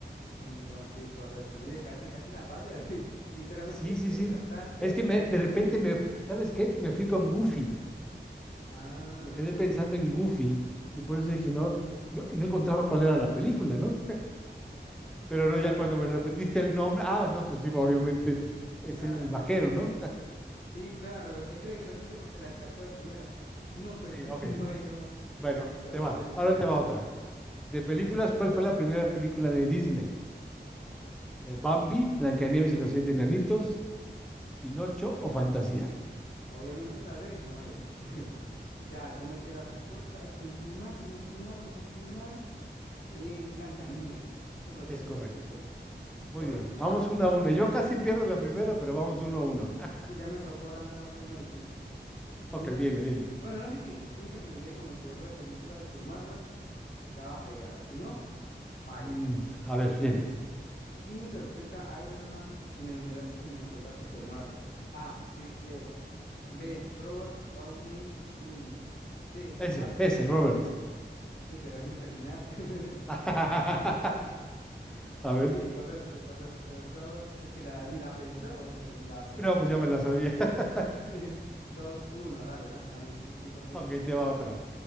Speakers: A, on the left (about 60°); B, in the centre.
A: entonces sí, correcto. Mire, casi, casi la falla. <laughs> sí. Literalmente
B: Sí, sí,
A: descartaste
B: sí. Es que
A: primero
B: me, de repente
A: la respuesta.
B: me, ¿sabes qué? Me fui con Goofy.
A: Ah,
B: Me quedé pensando en Goofy y por eso dije, no, no, no encontraba cuál era la película, ¿no?
A: sí,
B: Pero
A: claro,
B: no, ya cuando
A: claro.
B: me repetiste el nombre, ah, no, pues sí, obviamente es
A: Claro,
B: el, el vaquero, ¿no?
A: Sí, claro, es que es gracioso porque la descartó de primera. No, Toy
B: Sí,
A: Story
B: ok.
A: <laughs> no es. Yo como, que,
B: Bueno,
A: como que este
B: te
A: hombre,
B: va.
A: este
B: Ahora
A: re-
B: te va otra.
A: Dale,
B: De películas,
A: lánzala.
B: ¿cuál fue la primera película de Disney? Eh, Bambi, Blancanieves y los siete enanitos, Pinocho o Fantasía.
A: Obviamente la D no es. <laughs> Ya, yo me sé la respuesta. Ay, si no estoy mal, si no estoy mal, si no estoy mal, es Blancanieves. Eso lo
B: Es
A: leí hace
B: correcto.
A: poquito.
B: Muy
A: ¿Correcto?
B: bien, vamos
A: Ah,
B: uno
A: máquina.
B: a uno. Yo casi pierdo la primera, pero vamos uno a uno. <laughs>
A: Sí, ya me tocó lanzarle una difícil.
B: Ok,
A: Una
B: viene,
A: di.
B: viene.
A: Bueno, no es difícil. Siento que si eres conocedor de películas de Marvel, la vas a pegar. Si no, bailas.
B: Mm, a ver,
A: Escúchala.
B: viene.
A: ¿Quién interpreta a Iron Man en el universo cinematográfico de Marvel? A. Chris Evans. B. Robert Downey Jr. C.
B: Ese,
A: Mark Ruffalo.
B: ese, Robert.
A: Ey, pero déjeme terminar. <laughs>
B: <laughs> A ver.
A: Sí, correcto, correcto, Robert. Es que la, ni la pensó, hombre, ni la pensó.
B: No, pues ya me la sabía. <laughs>
A: <laughs> Dos, uno, dale, lánzame a mí, estoy 100%
B: Ok,
A: preparado.
B: te va otra.